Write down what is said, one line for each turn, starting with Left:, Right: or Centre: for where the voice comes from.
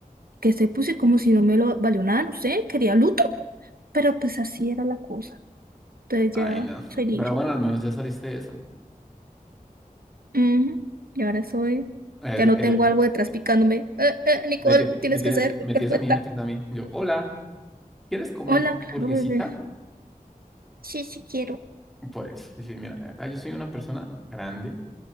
Right: Que se puse como si no me lo valió nada, no sé, quería luto, pero pues así era la cosa. Entonces
Centre: Ay,
Right: ya
Centre: no.
Right: soy libre.
Centre: Pero bueno, al menos ya saliste de eso.
Right: Ujú, Y ahora soy,
Centre: Es-
Right: ya no
Centre: eres-
Right: tengo algo detrás
Centre: eh,
Right: picándome. "Eh, eh, Nicole,
Centre: me, tiene-
Right: tienes
Centre: me, tiene-
Right: que ser
Centre: me
Right: perfecta.
Centre: tienes a mí, me tienes a mí. Yo, hola, ¿quieres comer
Right: Hola,
Centre: burguesita?
Right: claro, bebé. Sí, sí quiero.
Centre: Por eso. Y mira, acá yo soy una persona grande.